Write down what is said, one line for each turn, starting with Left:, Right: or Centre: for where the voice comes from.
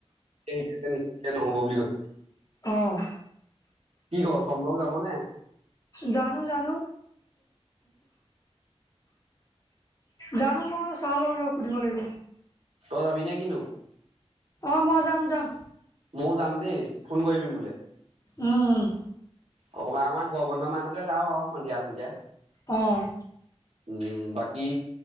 Right: শিকছে নিশ্চে নহ'ব বুলি কৈছে।
Left: অ',
Right: কি ক সম্ভৱ যাম নে?
Left: জানো - জানো। জানো মই <unintelligible> সুধিব লাগিব।
Right: তই যাবি নে কিনো?
Left: অ, মই যাম - যাম।
Right: মই যাম দেই ফোন কৰিবি মুলে।
Left: অ',
Right: অকণমান - অকণমান গৰবন্ধ মাহোকে যাও আৰু সন্ধিয়া - সন্ধিয়া।
Left: অ',
Right: উম, বাকী?